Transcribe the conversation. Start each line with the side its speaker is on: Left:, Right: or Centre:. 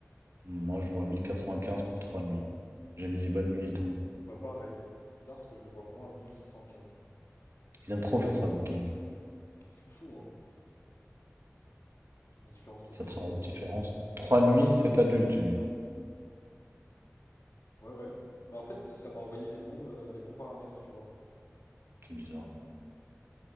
Right: Moi, je vois 1095 pour 3 nuits. J'ai mis les bonnes nuits et tout.
Left: Bah pareil, c'est bizarre parce que je le vois vraiment à 1615.
Right: Ils aiment trop faire ça, Booking.
Left: C'est fou, hein, la différence de prix.
Right: Sept cents euros de différence. 3 nuits, sept adultes, j'ai mis. hein.
Left: Ouais, ouais. Bah en fait, ça m'a envoyé les bons, euh, les bons paramètres, tu vois.
Right: C'est bizarre.